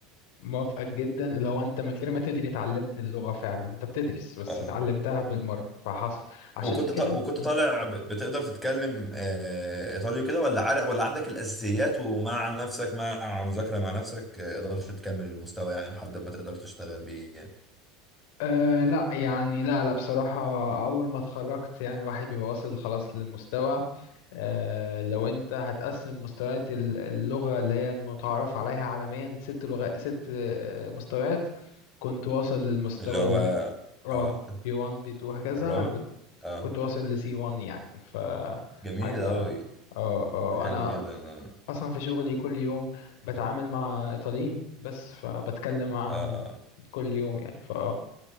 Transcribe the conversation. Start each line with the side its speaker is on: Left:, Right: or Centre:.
Left: موافقك جدا لو انت من غير ما تدري اتعلمت اللغة فعلا انت بتدرس بس
Centre: اه
Left: اتعلمتها بالمرة فحصل عشان
Centre: وكنت
Left: كده
Centre: ط... وكنت
Left: مم.
Centre: طالع ب... بتقدر تتكلم آه، ايطالي وكده ولا عارف ولا عندك الاساسيات ومع نفسك مع مذاكره مع نفسك آه، قدرت تكمل المستوى يعني لحد ما تقدر تشتغل بيه
Left: أه لا يعني لا لا بصراحة أول ما اتخرجت يعني الواحد بيبقى واصل خلاص للمستوى أه لو أنت هتقسم مستويات ال- اللغة اللي هي المتعارف عليها عالميا ست لغات ست آه، مستويات كنت واصل للمستوى
Centre: اللي هو
Left: ال- اه
Centre: اه
Left: بي 1 بي 2 هكذا
Centre: الرابع
Left: أنا كنت
Centre: اه
Left: كنت واصل لسي 1 يعني ف
Centre: جميل
Left: حاجة
Centre: أوي
Left: اه اه
Centre: حلو
Left: أنا
Centre: جدا اه
Left: اصلا في شغلي كل يوم بتعامل مع ايطاليين بس فبتكلم معاهم
Centre: اه
Left: كل يوم يعني ف أه